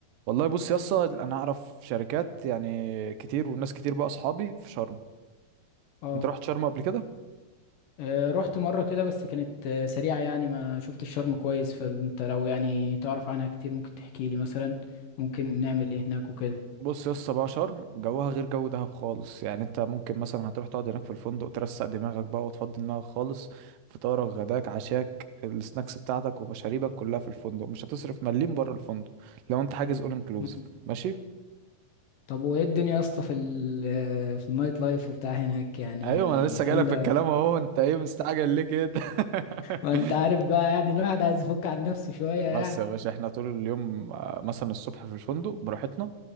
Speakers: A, on the right; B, on the left.
A: والله بص يسا انا اعرف شركات يعني كتير والناس كتير بقى اصحابي في شرم
B: اه
A: انت رحت شرم قبل كده
B: آه، رحت مرة كده بس كانت آه، سريعة يعني ما شفت الشرم كويس فانت لو يعني تعرف عنها كتير ممكن تحكي لي مثلا ممكن نعمل ايه هناك وكده
A: بص يا اسطى بقى شرم جوها غير جو دهب خالص يعني انت ممكن مثلا هتروح تقعد هناك في الفندق ترسق دماغك بقى وتفضي دماغك خالص فطارك غداك عشاك السناكس بتاعتك ومشاريبك كلها في الفندق مش هتصرف مليم بره الفندق لو انت حاجز اول انكلوزيف
B: مم.
A: ماشي
B: طب وايه الدنيا يا اسطى في ال آه، في النايت لايف وبتاع هناك يعني
A: ايوه ما انا لسه
B: جامدة
A: جايلك في الكلام اهو انت ايه مستعجل ليه كده <laughs>
B: ما انت عارف بقى يعني الواحد عايز يفك عن نفسه شوية
A: بس
B: يعني
A: يا باشا احنا طول اليوم آه، مثلا الصبح في الفندق براحتنا